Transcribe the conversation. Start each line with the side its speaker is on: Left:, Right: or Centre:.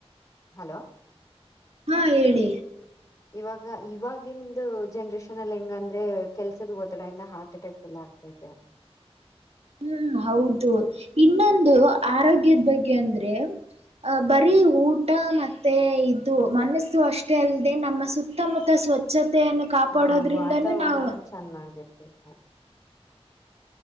Left: ಹಲೋ
Right: ಹಾಂ ಹೇಳಿ
Left: ಇವಾಗ ಇವಾಗಿಂದು ಜನ್ರೇಷನ್ ಅಲ್ಲಿ ಹೆಂಗಂದ್ರೆ ಕೆಲ್ಸದ ಒತ್ತಡ ಇಂದ ಹಾರ್ಟ್ ಅಟ್ಯಾಕ್ಸ್ ಎಲ್ಲ ಆಗ್ತದೆ ತಾಯಿತೇ
Right: ಹ್ಮ್ ಹೌದು ಇನ್ನೊಂದು ಆರೋಗ್ಯದ ಬಗ್ಗೆ ಅಂದ್ರೆ ಅಹ್ ಬರೀ ಊಟ ಮತ್ತೆ ಇದು ಮನಸ್ಸು ಅಷ್ಟೇ ಅಲ್ಲದೆ ನಮ್ಮ ಸುತ್ತಮುತ್ತ ಸ್ವಚ್ ಸ್ವಚ್ಛತೆಯನ್ನು ಕಾಪಾಡೋದ್ರಿಂದನೂ
Left: ಹಾ ವಾತಾವರಣನು
Right: ನಾವು
Left: ಚೆನ್ನಾಗಿರ್ಬೇಕು